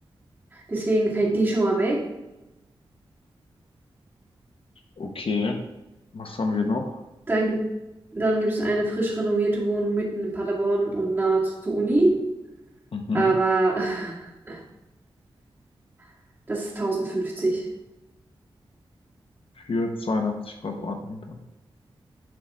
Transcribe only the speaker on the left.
okay. Was haben wir noch?
Mhm,
für 82 Quadratmeter.